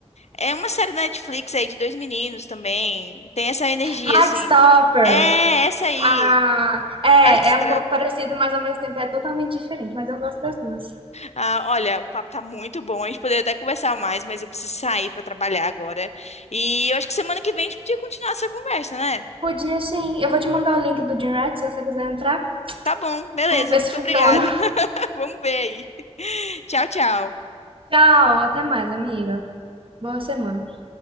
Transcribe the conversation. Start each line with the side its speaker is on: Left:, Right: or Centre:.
Left: É uma série da Netflix aí de dois meninos também. Tem essa energia,
Right: Heartstopper.
Left: assim. É, essa aí.
Right: Ah, é,
Left: Heartstopper.
Right: é um pouco parecido, mas ao mesmo tempo é totalmente diferente, mas eu gosto das duas.
Left: Ah, olha, o papo tá muito bom. A gente poderia até conversar mais, mas eu preciso sair pra trabalhar agora. E eu acho que semana que vem a gente podia continuar essa conversa, né?
Right: Podia sim. Eu vou te mandar o link do Gymrat se você quiser entrar.
Left: Tá bom, beleza.
Right: Vamos ver
Left: Muito
Right: se funciona.
Left: obrigada. Vamos ver aí. Tchau, tchau.
Right: <laughs> Tchau, até mais, amiga. Boa semana.